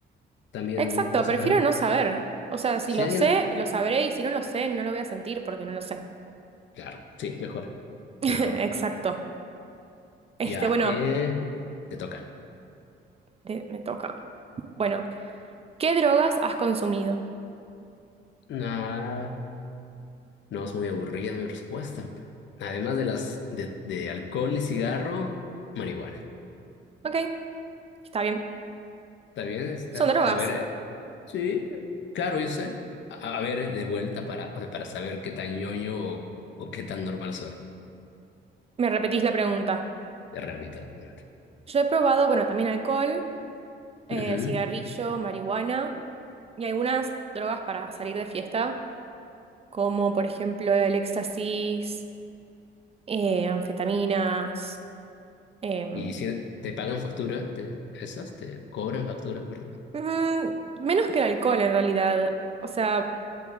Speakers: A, on the left; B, on the right.
A: también
B: Exacto,
A: no saberlo.
B: prefiero no saber. O sea, si
A: Si
B: lo
A: alguien,
B: sé, lo sabré y si no lo sé, no lo voy a sentir porque no lo sé.
A: claro, sí, mejor,
B: <laughs>
A: mejor.
B: Exacto. Este,
A: Ya,
B: bueno.
A: eh, te toca.
B: de- me toca. Bueno, ¿qué drogas has consumido?
A: Nah, no es muy aburrida mi respuesta. Además de las de, de alcohol y cigarro, marihuana.
B: Ok, está bien.
A: También está,
B: Son drogas.
A: a ver, Sí, claro, yo sé. A, a ver, eh, de vuelta para, o sea, para saber qué tan ñoño o, o qué tan normal soy.
B: Me repetís la pregunta.
A: De realidad, obviamente.
B: Yo he probado, bueno, también alcohol, eh,
A: Ujú.
B: cigarrillo, marihuana y algunas drogas para salir de fiesta, como por ejemplo el éxtasis, eh, anfetaminas, em,
A: Y si te pagan factura, te- esas te cobran factura, perdón.
B: mm, menos que el alcohol en realidad. O sea,